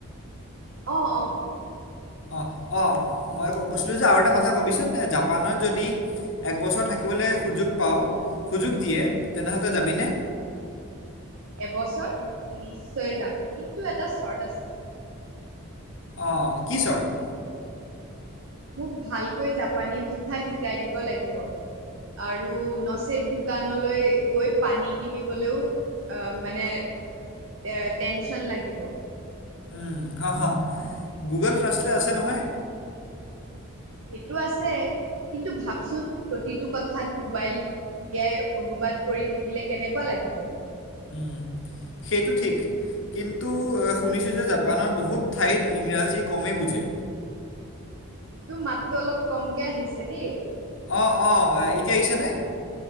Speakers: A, on the right; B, on the left.
A: অ অ
B: অ অ মই কৈছিলো যে আৰু এটা কথা কবিচোন জাপানত যদি একবছৰ থাকিবলৈ সুযোগ পাওঁ সুযোগ দিয়ে তেনেহলে ত‌ই যাবিনে
A: এবছৰ নিশ্চয় যাম কিন্তু এটা চৰ্ট আছে
B: অ কি চৰ্ট
A: মোক ভালকৈ জাপানী ভাষা শিকাই দিব লাগিব। আৰু নচেত দোকানলৈ গৈ পানী কিনিবলৈও অ মানে এ টেনচন লাগিব
B: উ গুগল ট্ৰান্সলেট আছে নহয়
A: সেটো আছে কিন্তু ভাবচোন প্ৰতিটো কথাত মোবাইল উলিয়াই অনুবাদ কৰি থাকিলে কেনেকুৱা লাগে লাগিব
B: উম, সেইটো ঠিক কিন্তু শুনিছো যে জাপানৰ বহুত ঠাইত ইংৰাজী কমেই বুজে
A: তোৰ মাতটো অলপ কমকে আহিছে দেই
B: অ অ এতিয়া আহিছে নে